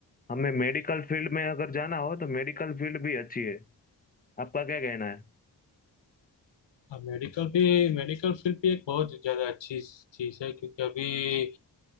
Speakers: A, on the left; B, on the left.
A: हमें मेडिकल फील्ड में अगर जाना हो तो मेडिकल फील्ड भी अच्छी है आपका क्या कहना है
B: हाँ मेडिकल भी मेडिकल फील्ड भी एक बहुत ज़्यादा अच्छी चीज़ है क्योंकि अभी